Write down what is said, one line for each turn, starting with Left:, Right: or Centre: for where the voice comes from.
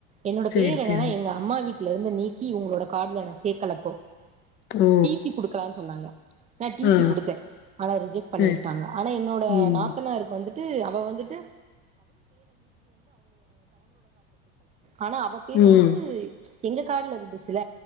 Right: என்னோட
Left: சேரி
Right: பேர் என்னன்னா
Left: சேரி
Right: எங்க அம்மா வீட் வீட்ல இருந்து நீக்கி உங்களோட கால் ட்ல நா சேர்க்கலப்போ
Left: ஓ
Right: டிசி குடுக்கலா நு சொன்னாங்க நான் டிசி
Left: ஆ
Right: குடுத்தே ஆனா ரிஜெக்ட் பண்ணிவுட்டாங்க
Left: சேரி சேரி
Right: ஆனா என்னோட
Left: ம்
Right: ஆ நாத்தனாற்கு வந் வந்துட்டு அவ வந்து ஆனா அவ பேர்
Left: ம்
Right: வந்து எங்க கார்டுல இருந்துச்சுல